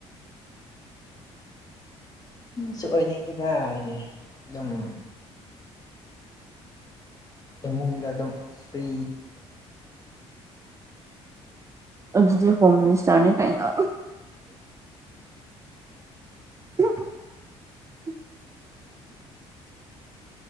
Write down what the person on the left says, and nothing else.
ꯁ ꯑꯣꯏꯅꯤꯡꯗꯨꯗ ꯍꯥꯏꯗꯤ ꯑꯗꯨꯝ ꯑꯗꯨꯝ ꯐ